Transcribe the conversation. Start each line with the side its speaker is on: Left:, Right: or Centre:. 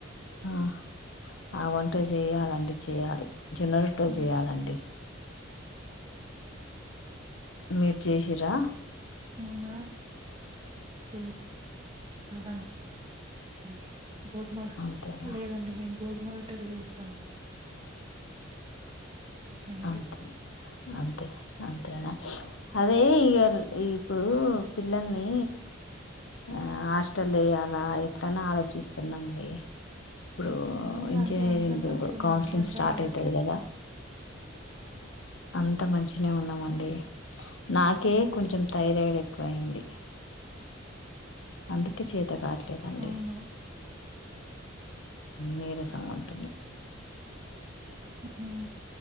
Left: ఆ ఆ వంట చేయాలండి చెయ్యాలి. జొన్న రొట్టలు
Right: ఆ
Left: చేయ్యాలండి. మీరు చేశిర్రా.
Right: అవునా చేయ లం డి గోధుమ
Left: అంతేనా
Right: లేదండి మేము గోధుమ రొట్టలు చేస్తాం. నైట్
Left: అంతే అంతే అంతేనా అదే ఇగ ఇప్పుడు పిల్లల్ని ఆ హాస్టల్ల ఎయాలా ఎట్ల అని ఆలోచిస్తున్నా అండి. ఇప్పుడు
Right: ఇంకా
Left: ఇంజనీరింగ్
Right: అండి అందరు మంచిగున్నారండి
Left: కౌన్సిలింగ్
Right: అందరు
Left: స్టార్ట్
Right: ఆరోగ్యం
Left: అయితది కదా. అంత మంచిగనే ఉన్నమండి. నాకే కొంచెం థైరాయిడ్ ఎ క్కువయింది. అందుకే చేత కాట్లేదండి.
Right: అవును
Left: నీరసంగా ఉంటుంది.
Right: హ్